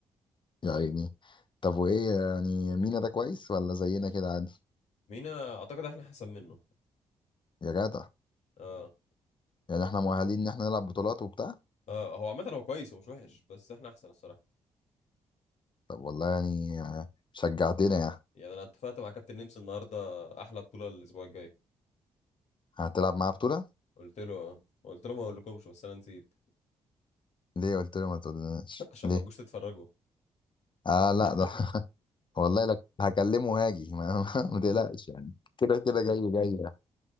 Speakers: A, on the left (about 35°); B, on the left (about 60°).
A: يا عيني طب وايه يعني مينا ده كويس ولا زينا كده عادي
B: مينا أعتقد إحنا أحسن منه
A: يا جدع
B: أه
A: يعني احنا مؤهلين ان احنا نلعب بطولات وبتاع
B: آه هو عامة هو كويس ومش وحش بس احنا احسن الصراحة
A: طب والله يعني آه، شجعتنا يعني
B: يعني انا اتفقت مع كابتن نمس النهارده احلى بطوله الاسبوع الجاي
A: هتلعب معاه بطوله
B: قلت له آه. قلت له ما اقولكمش بس انا نسيت
A: ليه قلت له ما تقولناش
B: <laughs> عشان
A: ليه
B: ما تجوش تتفرجوا
A: اه لا
B: <laughs>
A: ده <laughs> والله لك هكلمه هاجي ما, <laughs> ما تقلقش يعني كده كده جاي جاي يعني.